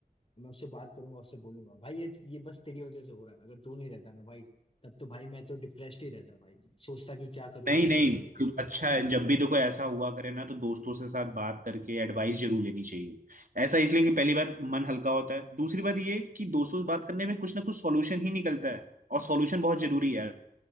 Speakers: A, on the left; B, on the right.
A: मैं उससे बात करूंगा उससे बोलूंगा भाई ये ये बस तेरी वजह से हो रहा है अगर तू नहीं रहता ना भाई तब तो भाई मैं तो डिप्रेस्ड ही रहता भाई सोचता कि क्या करूं
B: नहीं
A: क्या
B: नहीं
A: ना करूं
B: तो अच्छा है जब भी तो कोई ऐसा हुआ करे ना तो दोस्तों से साथ बात करके एडवाइस जरूर लेनी चाहिए ऐसा इसलिए कि पहली बात मन हल्का होता है दूसरी बात ये कि दोस्तों से बात करने में कुछ ना कुछ सॉल्यूशन ही निकलता है और सॉल्यूशन बहुत जरूरी है